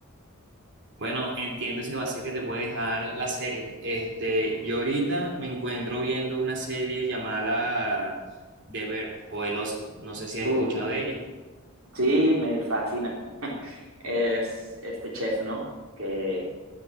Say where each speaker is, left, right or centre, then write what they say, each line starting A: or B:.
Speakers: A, on the right; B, on the right.
A: Bueno, entiendo ese vacío que te puede dejar la serie. Este, yo ahorita me encuentro viendo una serie llamada The Bear o El Oso. No sé si has escuchado
B: Uf,
A: de ella.
B: sí, me fascina. <laughs> Es este chef, ¿no? Que